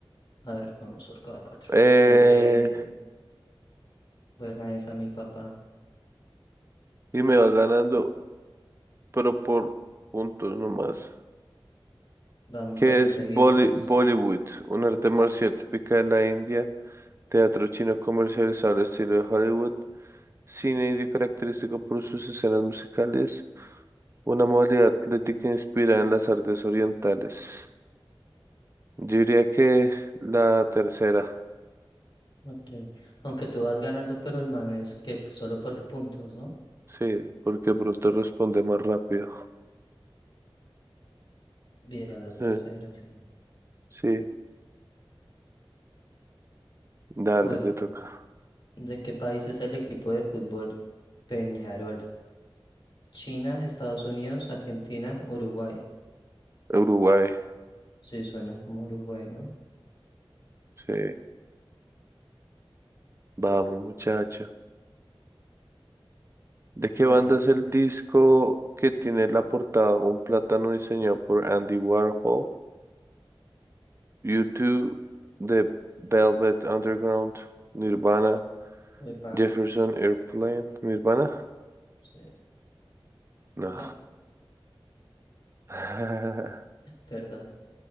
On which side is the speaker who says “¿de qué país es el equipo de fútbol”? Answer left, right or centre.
Left